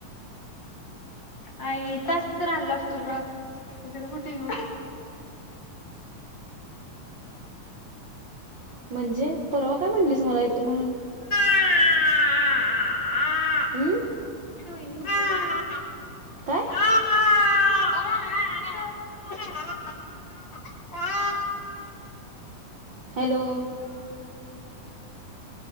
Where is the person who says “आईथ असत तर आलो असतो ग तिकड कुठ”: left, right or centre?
Left